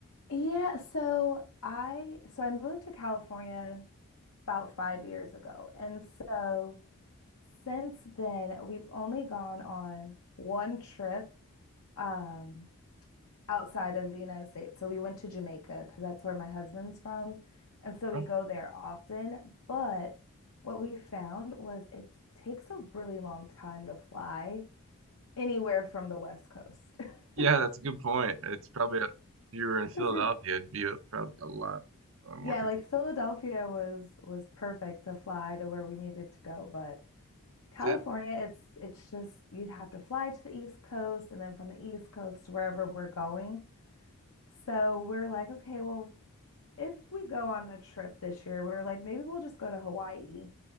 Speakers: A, on the left (about 75°); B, on the right (about 60°).
A: Yeah, so I so I moved to California about five years ago. And so since then, we've only gone on one trip. Um, outside of the United States. So we went to Jamaica because that's where my husband's from. And so we
B: Oh,
A: go there often. But what we found was it takes a really long time to fly anywhere from the West Coast. <laughs>
B: yeah, that's a good point. It's probably a, if you were in
A: Because
B: Philadelphia,
A: if,
B: it'd be a, probably a lot uh, more
A: yeah,
B: convenient.
A: like Philadelphia was was perfect to fly to where we needed to go, but California,
B: Is it?
A: it's it's just you'd have to fly to the East Coast and then from the East Coast to wherever we're going. So we're like, okay, well, if we go on a trip this year, we were like, maybe we'll just go to Hawaii